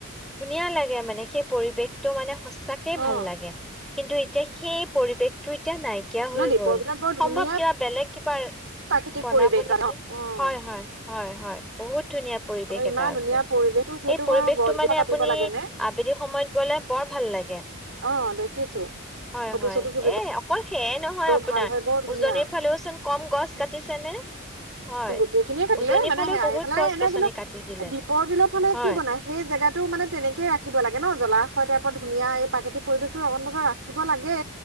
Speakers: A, in the centre; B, on the right.
A: ধুনীয়া লাগে মাত সেই পৰিৱেশটো মানে, সচাকে
B: অ
A: ভাল লাগে। কিন্তু এতিয়া সেই পৰিৱেশটো এতিয়া নাইকিয়া হৈ
B: ন দীপৰ
A: গল
B: বিলত বৰ
A: সম্ভৱ
B: ধুনীয়া
A: কিবা বেলেগ কিবা
B: প্ৰাকৃতিক
A: বনাব
B: পৰিৱেশ
A: নেকি?
B: অ অ
A: হয়-হয়-হয়-হয়, বহুত ধুনীয়া পৰিৱেশ
B: অ ইমান
A: এটা আছে
B: ধুনীয়া পৰিৱেশটো সেইটো
A: এই পৰিৱেশটো
B: বাৰু গছজোপা
A: মানে
B: কাটিব
A: আপুনি
B: লাগে নে
A: আবেলি সময়ত গলে বৰ ভাল লাগে
B: অ দেখিছো
A: হয়-হয়,
B: ফটো চটো তুলিবলৈও
A: এ অকল সেয়ে নহয় আপোনাৰ
B: ভাল হয় বৰ ধুনীয়া
A: উজনিৰ ফালেওচোন কম গছ কাটিছে নে? হয়
B: গোটেই খিনিয়ে কাটিলে
A: উজনিৰ
B: মানে
A: ফালেও
B: সেইইফালে
A: বহুত গছ
B: এনে
A: গছনি
B: কিন্তু
A: কাটি দিলে
B: দ্বীপৰ বিলৰ ফালে
A: হয়
B: কি বনাই, সেই জেগাতটো মানে তেনেকে ৰাখিব লাগে ন জলাসয় টাইপত ধুনীয়া এই প্ৰাকৃতিক পৰিৱেশটো অনন্তত ৰাখ ৰাখিব লাগে,